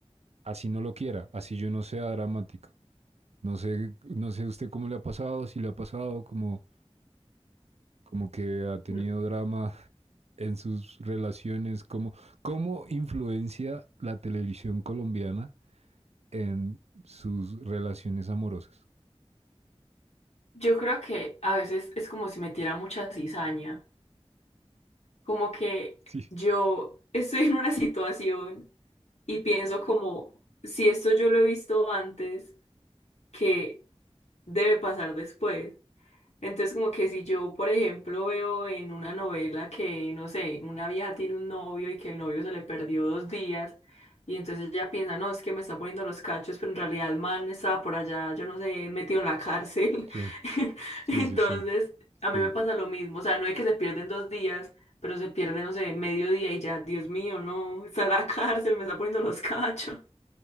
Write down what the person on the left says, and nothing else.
N-
Yo creo que a veces es como si metiera mucha cizaña, como que
yo estoy en una situación y pienso como, si esto yo lo he visto antes, que debe pasar después. Entonces, como que si yo, por ejemplo, veo en una novela que, no sé, una vieja tiene un novio y que el novio se le perdió dos días, y entonces ella piensa, no, es que me está poniendo los cachos, pero en realidad el man estaba por allá, yo no sé, metido en la cárcel.
<laughs>
Entonces,
a mí
me pasa lo mismo, o sea, no es que se pierden dos días, pero se pierde, no sé, medio día y ya, Dios mío, no, está en la <laughs> cárcel, me está poniendo los cachos.